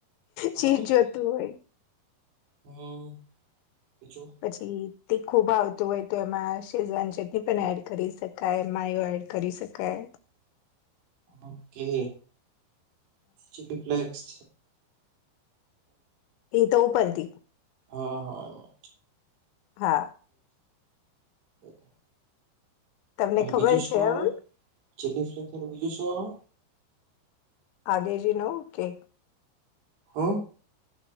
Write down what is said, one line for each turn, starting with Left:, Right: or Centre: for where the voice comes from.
Right: હા
Left: ચીજ
Right: હા
Left: જોતું હોય.
Right: હમ બીજું
Left: પછી તીખું ભાવતું હોય તો એમાં શેજવાન ચટણી પણ એડ કરી શકાય માયો એડ કરી શકાય.
Right: ઓકે ચીલી ફ્લેક્સ
Left: એ તો ઉપરથી
Right: હા હા
Left: હા
Right: <unintelligible>
Left: તમને
Right: અને
Left: ખબર
Right: બીજું શું
Left: છે
Right: આવે
Left: એમ?
Right: ચીલી ફ્લેક્સ અને બીજું શું?
Left: આગેજીનો okay
Right: O